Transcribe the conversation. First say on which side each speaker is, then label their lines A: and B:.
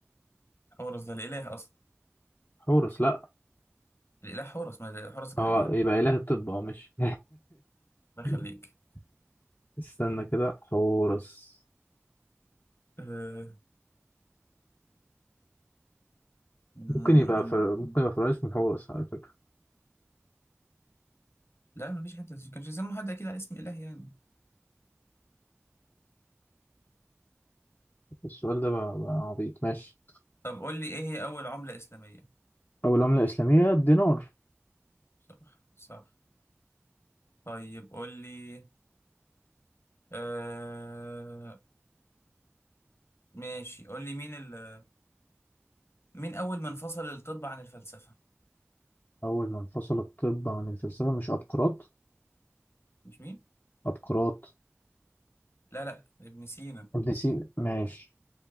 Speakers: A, on the left; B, on the left.
A: حورس ده الاله اصلا
B: حورس لأ
A: الاله حورس ما حورس كان
B: هو
A: اله
B: يبقى إله الطب أه مش
A: الله
B: <laughs>
A: يخليك
B: استنى كده حورس
A: أه... م-
B: ممكن يبقى
A: م-
B: فر... ممكن
A: م.
B: يبقى فرعون اسمه حورس على فكرة
A: لا مفيش حد ما فيش حته كانش يسموا حد اكيد على اسم اله يعني
B: السؤال ده بقى, بقى عبيط ماشي
A: طب قول لي ايه هي اول عمله اسلاميه
B: أول عملة إسلامية الدينار
A: صح صح طيب قول لي أه... ماشي قول لي مين ال... مين اول من فصل الطب عن الفلسفه
B: أول ما انفصل الطب عن الفلسفة مش أبقراط
A: مش مين
B: أبقراط
A: لا لا ابن سينا
B: ابن سينا ماشي